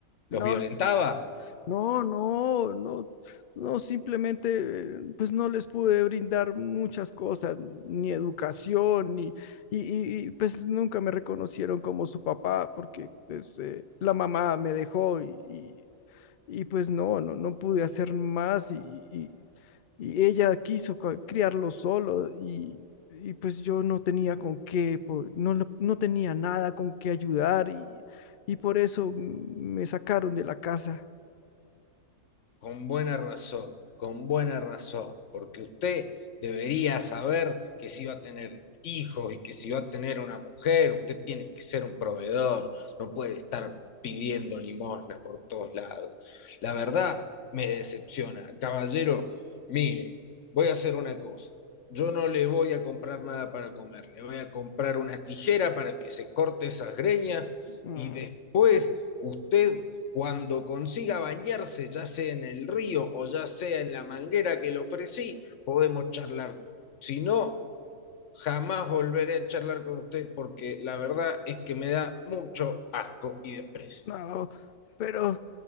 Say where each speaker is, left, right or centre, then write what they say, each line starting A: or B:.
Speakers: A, on the left; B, on the left.
A: ¿Los
B: No,
A: violentaba?
B: No, no, no, no, simplemente eh, pues no les pude brindar muchas cosas, ni educación, ni, y, y- y, pues nunca me reconocieron como su papá porque pues, eh, la mamá me dejó y, y, y, pues no, no, no pude hacer más y, y- y ella quiso co- criarlo solo y, y, pues yo no tenía con qué, po- no, no no tenía nada con qué ayudar y, y por eso mm, me sacaron de la casa.
A: Con buena razón, con buena razón, porque usted debería saber que si va a tener hijos y que si va a tener una mujer, usted tiene que ser un proveedor, no puede estar pidiendo limosna por todos lados. La verdad me decepciona. Caballero, mire, voy a hacer una cosa. Yo no le voy a comprar nada para comer, le voy a comprar una tijera para que se corte esas greñas
B: Mm,
A: y después usted cuando consiga bañarse, ya sea en el río o ya sea en la manguera que le ofrecí, podemos charlar. Si no, jamás volveré a charlar con usted porque la verdad es que me da mucho asco y desprecio.
B: No, pero